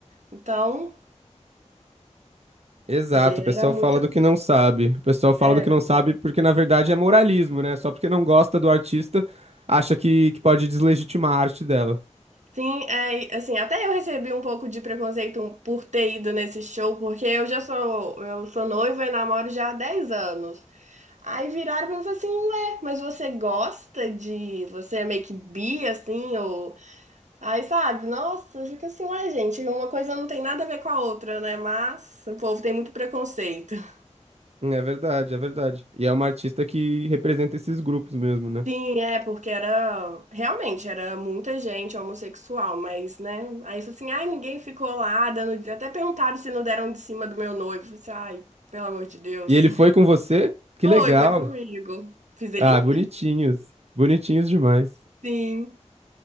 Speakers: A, on the right; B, on the right.
A: Então,
B: Exato,
A: gera
B: o pessoal
A: muita,
B: fala do que não sabe. O pessoal fala
A: é.
B: do que não sabe porque na verdade é moralismo, né? Só porque não gosta do artista, acha que, que pode deslegitimar a arte dela.
A: Sim, é, e, assim, até eu recebi um pouco de preconceito por ter ido nesse show, porque eu já sou, eu sou noiva e namoro já há 10 anos. Aí viraram pra mim e falaram assim, ué, mas você gosta de... Você é meio que bi, assim, ou... Aí, sabe, nossa, fica assim, ué, gente, uma coisa não tem nada a ver com a outra, né? Mas o povo tem muito preconceito. <laughs>
B: Hum, É verdade, é verdade. E é uma artista que representa esses grupos mesmo, né?
A: Sim, é, porque era... Realmente, era muita gente homossexual, mas, né? Aí, falou assim, ai, ninguém ficou lá dando... Até perguntaram se não deram de cima do meu noivo. Eu falei assim, ai, pelo amor de Deus.
B: E ele
A: <laughs>
B: foi com você? Que
A: Foi,
B: legal.
A: foi comigo. Fiz ele?
B: Ah, bonitinhos. Bonitinhos demais.
A: Sim.